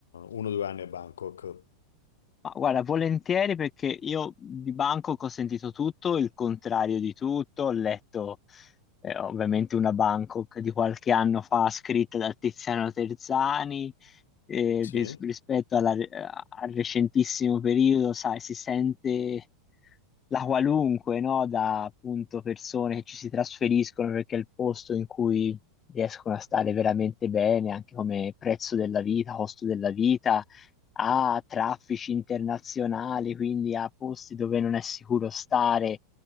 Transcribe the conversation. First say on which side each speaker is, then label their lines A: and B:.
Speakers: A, on the left; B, on the left.
A: uno o due anni a Bangkok.
B: Ma guarda, volentieri perché io di Bangkok ho sentito tutto, il contrario di tutto, ho letto eh, ovviamente una Bangkok di qualche anno fa scritta da Tiziano Terzani, eh,
A: Sì,
B: ris- rispetto alla- al recentissimo periodo, sai, si sente la qualunque, no? Da appunto persone che ci si trasferiscono perché è il posto in cui riescono a stare veramente bene, anche come prezzo della vita, costo della vita a traffici internazionali, quindi a posti dove non è sicuro stare.